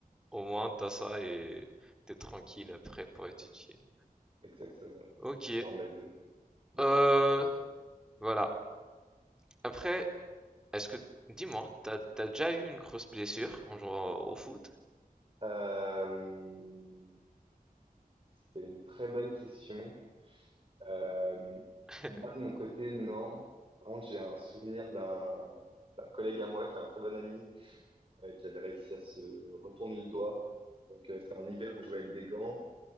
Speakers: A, in the centre; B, on the right.
A: Au moins, t'as ça et t'es tranquille après pour étudier.
B: Exactement.
A: Ok,
B: Et Ça permet de, de
A: euh,
B: s'occuper un peu.
A: voilà. Après, est-ce que, dis-moi, t'as, t'as déjà eu une grosse blessure en jouant au foot?
B: Euh, c'était une très bonne question. Euh,
A: <laughs>
B: moi, de mon côté, non. Par contre, j'ai un souvenir d'un d'un collègue à moi qui est un très bon ami, euh, qui avait réussi à se retourner le doigt. Donc, euh, c'était en hiver, on jouait avec des gants.